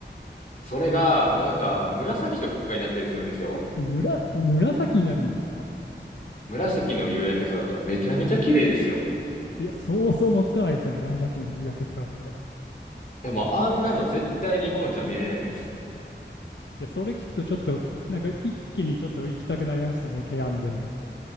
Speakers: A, on the left; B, on the left.
A: それがもうなんか紫とかになったりするんですよ。
B: え、むら、紫になるんですか
A: 紫の夕焼け空とかめちゃめちゃ綺麗ですよ。
B: いや、想像もつかないですよ、紫の夕焼け空って。
A: でもあんなの絶対日本じゃ見れないです。
B: いや、それ聞くとちょっと、なんか一気にちょっと行きたくなりましたね、ケアンズに。